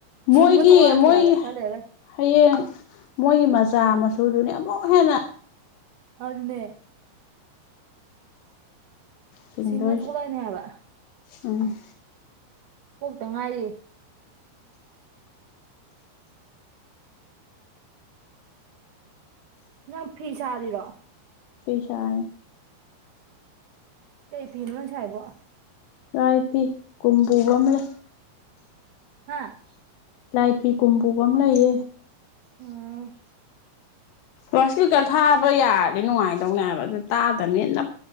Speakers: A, on the left; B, on the right.
A: ꯃꯣꯏꯒꯤ-
B: ꯁꯤꯡꯉ ꯊꯣꯛꯂꯛꯑꯅꯤ
A: ꯃꯣꯏꯒꯤ
B: ꯍꯥꯏꯕ ꯈꯔ ꯂꯩꯔꯒ
A: ꯍꯌꯦꯡ ꯃꯣꯏꯒꯤ ꯃꯆꯥ ꯃꯁ ꯁꯨꯗꯨꯅꯦ ꯑꯃꯨꯛ ꯍꯦꯟꯅ
B: ꯑꯗꯨꯅꯦ
A: ꯆꯤꯡꯗꯣꯏꯁꯦ
B: ꯁꯤꯡꯉ ꯊꯣꯛꯂꯛꯑꯅꯤ ꯍꯥꯏꯕ
A: ꯎꯝ
B: ꯄꯣꯛꯇ ꯉꯥꯏꯔꯤ ꯅꯪ ꯐꯤ ꯁꯥꯔꯤꯔꯣ
A: ꯐꯤ ꯁꯥꯔꯤ
B: ꯀꯩ ꯐꯤꯅꯣ ꯅꯪ ꯁꯥꯏꯕꯣ
A: ꯔꯥꯏ ꯐꯤ ꯀꯨꯝꯕꯨꯒꯝꯂꯦ
B: ꯍꯥꯥ
A: ꯂꯥꯏꯐꯤ ꯀꯣꯝꯕꯣꯒꯝꯂꯦ ꯌꯦ
B: ꯑꯝ
A: ꯂꯥꯎꯏ꯭ꯁꯄꯤꯀꯔ ꯊꯥꯕ ꯌꯥꯔꯗꯤ ꯅꯨꯡꯉꯥꯏꯗꯧꯅꯦꯕ ꯑꯗꯨ ꯇꯥꯗꯕꯅꯤꯅ ꯅꯞ